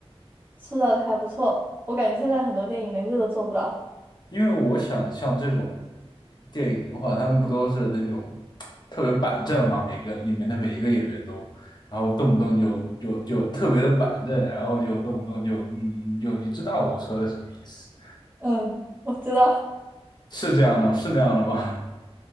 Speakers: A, on the right; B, on the left.
A: 塑造的还不错，我感觉现在很多电影连这都做不到。
B: 因为我想像这种电影的话，他们不都是那种特别板正嘛？每个里面的每一个演员都，然后动不动就就就特别的板正，然后就动不动就嗯，就你知道我说的什么意思？
A: 嗯，我知道。
B: 是这样的，是那样的吗？